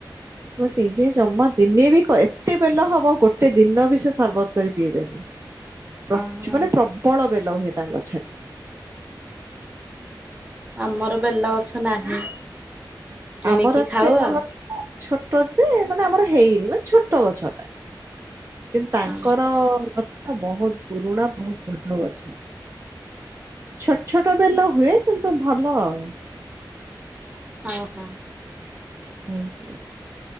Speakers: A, on the right (about 35°); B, on the right (about 20°).
A: ଗୋଟି ଯେ ଜମା ଦିନେ ବି ଏତେ ବେଲ ହବ ଗୋଟେ ଦିନ ବି ସେ ସରବତ କରି ପିଇବେ ପ୍ରଚ୍
B: ଓହୋ।
A: ମାନେ ପ୍ରବଳ ବେଲ ହୁଏ ତାଙ୍କ ଗଛରେ।
B: ଆମର ବେଲ ଗଛ ନାହିଁ କିଣିକି
A: ଆମର
B: ଖାଉ
A: ବେଲ
B: ଆଉ।
A: ଗଛ ଛୋଟ ଯେ ମାନେ ଆମର ହେଇନି ମାନେ ଛୋଟ ଗଛ ଟା। କିନ୍ତୁ ତାଙ୍କର
B: ହଁ
A: ଗଛ ଟା ବହୁତ ପୁରୁଣା ବହୁତ ବଡ ଗଛ। ଛୋଟ ଛୋଟ ବେଲ ହୁଏ କିନ୍ତୁ ଭଲ ଆଉ।
B: ହଁ ହଁ।
A: ଏମିତିଆ।